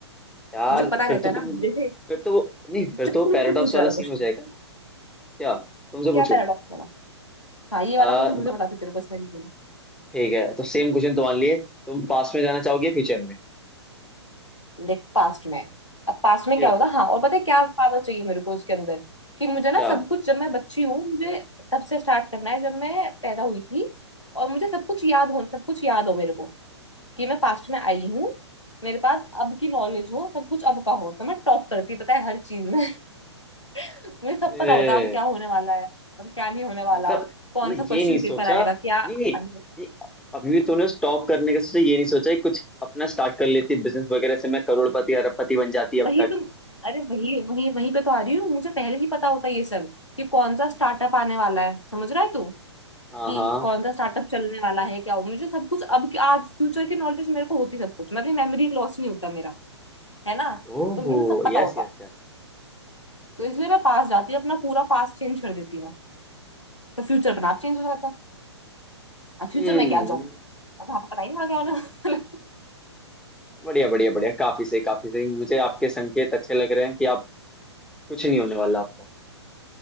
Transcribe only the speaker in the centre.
यार
फिर तो
तुम
फिर तो वो नहीं फिर
तो
वो
पैराडॉक्स
वाला सीन
हो जाएगा ना क्या तुमसे पूछो
आ,
ठीक है तो सेम क्वेश्चन तो मान लिए तुम पास्ट में जाना चाहोगे फ्यूचर में
क्यों
क्या
ए,
मतलब मतलब
ये नहीं सोचा
नहीं नहीं
ये अभी भी तूने स्टॉप करने का सोचा ये नहीं सोचा कि कुछ अपना स्टार्ट कर लेती बिजनेस वगैरह से मैं करोड़पति अरबपति बन जाती अब
तक
हाँ
हाँ
ओहो
Yes
yes yes
हम्म
हाँ
बढ़िया बढ़िया बढ़िया काफी सही काफी सही मुझे आपके संकेत अच्छे लग रहे हैं कि आप कुछ नहीं होने वाला आपका